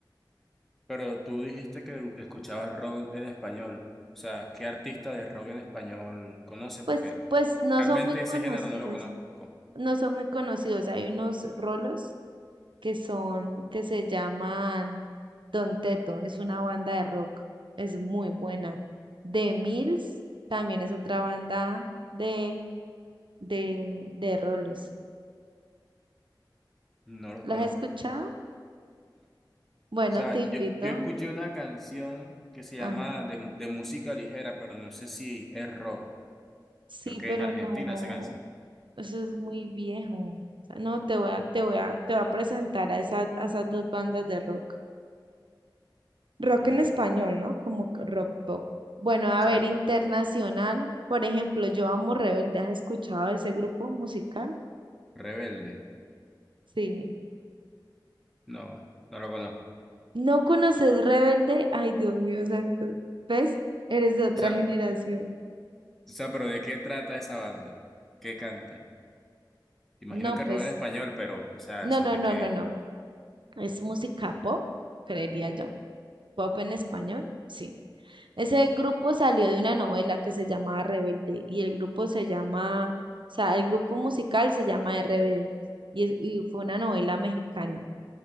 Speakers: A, in the centre; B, on the right.
A: Pero tú dijiste que escuchabas rock en español. O sea, ¿qué artista de rock en español conoces?
B: Pues,
A: Porque
B: pues no
A: realmente
B: son muy conocidos,
A: ese género no lo conozco.
B: no son muy conocidos. Hay unos rolos que son, que se llaman Don Teto, es una banda de rock, es muy buena. The Mills también es otra banda de, de, de rolos.
A: No los
B: ¿Las
A: conozco.
B: has escuchado? Bueno,
A: O sea,
B: te invito.
A: yo, yo escuché una canción que se llama
B: Ajá.
A: de, de música ligera, pero no sé si es rock.
B: Sí,
A: Creo que
B: pero
A: es argentina
B: no,
A: esa canción.
B: eso es muy viejo. O sea, no, te voy a, te voy a, te voy a presentar a esas, a esas dos bandas de rock. Rock
A: Pues,
B: en español,
A: o
B: ¿no? Como que rock pop. Bueno, a
A: sea,
B: ver, internacional, por ejemplo, yo amo Rebelde. ¿Has escuchado ese grupo musical?
A: Rebelde.
B: Sí.
A: No, no lo conozco. O
B: ¿No conoces Rebelde? Ay, Dios mío, santo. ¿Ves? Eres de otra
A: sea,
B: generación.
A: o sea, pero ¿de qué trata esa banda? ¿Qué canta? Imagino
B: No,
A: que
B: pues,
A: rock en español, pero, o sea,
B: no,
A: ¿sobre
B: no, no,
A: qué?
B: no, no. Es música pop, creería yo. Pop en español, sí. Ese grupo salió de una novela que se llamaba Rebelde y el grupo se llama, o sea, el grupo musical se llama RBD y, es- y fue una novela mexicana.